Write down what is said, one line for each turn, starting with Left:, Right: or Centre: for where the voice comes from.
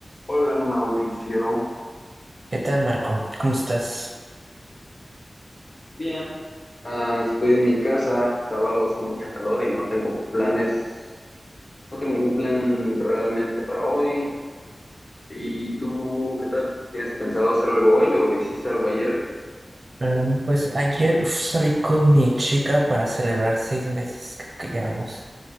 Left: Hola Mauricio,
Right: ¿Qué tal, Marco? ¿Cómo estás?
Left: bien, ah, estoy en mi casa, sábado hace mucho calor y no tengo planes, no tengo ningún plan realmente para hoy. ¿Y tú qué tal? ¿Tienes pensado hacer algo hoy o hiciste algo ayer?
Right: Mm, Pues ayer uf, salí con mi chica para celebrar seis meses que, que llevamos